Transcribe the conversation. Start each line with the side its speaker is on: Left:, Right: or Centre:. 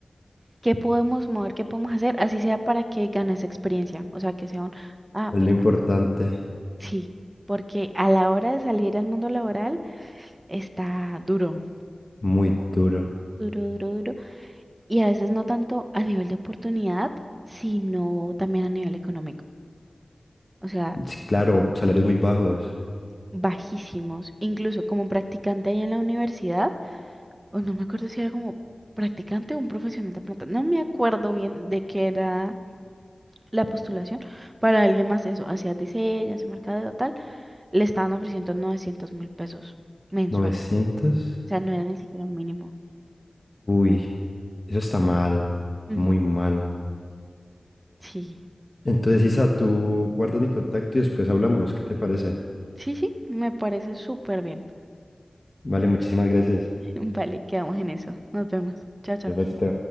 Right: qué podemos mover, qué podemos hacer, así sea para que ganes experiencia, o sea, que sea un, ah,
Left: Es
Right: mira,
Left: lo importante.
Right: sí, porque a la hora de salir al mundo laboral está duro,
Left: Muy duro.
Right: duro, duro, duro, y a veces no tanto a nivel de oportunidad, sino también a nivel económico. O sea,
Left: Sí, claro, salarios muy bajos.
Right: bajísimos, incluso como practicante ahí en la universidad, o no me acuerdo si era como practicante o un profesional de planta, no me acuerdo bien de qué era la postulación para alguien más eso, hacía diseño, hacía mercadeo, tal, le estaban ofreciendo 900 mil pesos mensuales,
Left: novecientos
Right: o sea, no era ni siquiera un mínimo.
Left: Uy, eso está mal.
Right: Ujú.
Left: Muy mal.
Right: Sí,
Left: Entonces, Isa, tú guardas mi contacto y después hablamos. ¿Qué te parece?
Right: sí, sí, me parece súper bien.
Left: Vale, muchísimas gracias.
Right: <laughs> Vale, quedamos en eso, nos vemos, chao, chao.
Left: Perfecto.